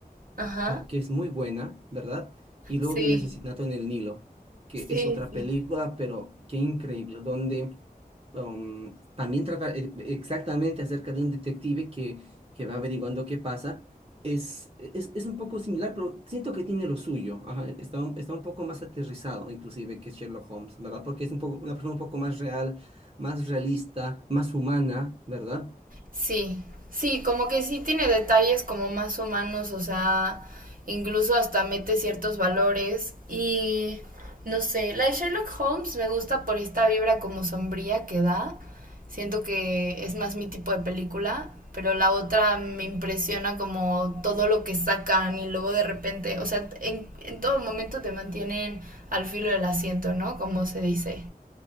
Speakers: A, on the right; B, on the right.
A: <laughs> Ajá.
B: ah, que es muy buena, ¿verdad? Y luego
A: Sí,
B: viene Asesinato en el Nilo, que
A: sí,
B: es otra
A: sí.
B: película, pero qué increíble, donde um, también trata eh, exactamente acerca de un detective que, que va averiguando qué pasa. Es, es, es un poco similar, pero siento que tiene lo suyo. ajá, Está un, está un poco más aterrizado, inclusive, que Sherlock Holmes, ¿verdad? Porque es un poco, una persona un poco más real, más realista, más humana, ¿verdad?
A: Sí, sí, como que sí tiene detalles como más humanos, o sea, incluso hasta mete ciertos valores y no sé, la de Sherlock Holmes me gusta por esta vibra como sombría que da, siento que es más mi tipo de película, pero la otra me impresiona como todo lo que sacan y luego de repente, o sea, en, en todo momento te mantienen al filo del asiento, ¿no? Como se dice.